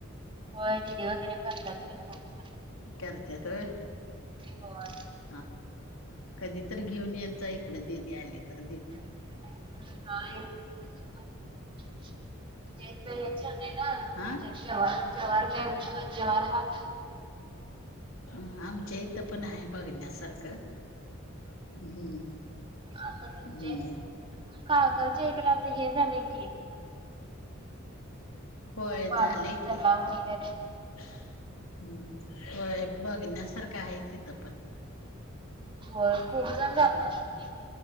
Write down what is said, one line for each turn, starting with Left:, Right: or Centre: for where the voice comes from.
Right: होय दिदी वगैरे करतात. की फोन मला.
Left: करत्यात व्हय.
Right: होय
Left: हा कधी तर घेऊन येत जा इकडे दीदी आली तर.
Right: हा येते. तुमच्या इ हे छान आहे ना तम
Left: हा
Right: ज ज्हरग जव्हरबाग.
Left: हम आमच्या इथं पण आहे बघण्यासारखं हम्म.
Right: आता तुमच्या
Left: हम्म
Right: कागलच्या इकडे आता हे झालंय की,
Left: होय
Right: पाझर
Left: झालंय
Right: तलाव
Left: की
Right: वगैरे.
Left: हम्म हम, बघण्यासारखं आहे तिथं पण.
Right: होय खूप जण जातात.
Left: हम्म
Right: ते